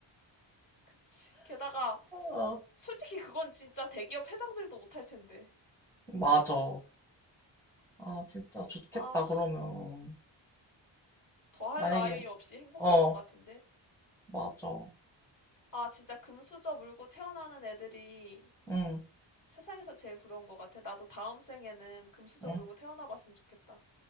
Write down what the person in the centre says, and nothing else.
아,
맞아. 아, 진짜 좋겠다,
그러면.
만약에,
어,
맞아.
응,
응,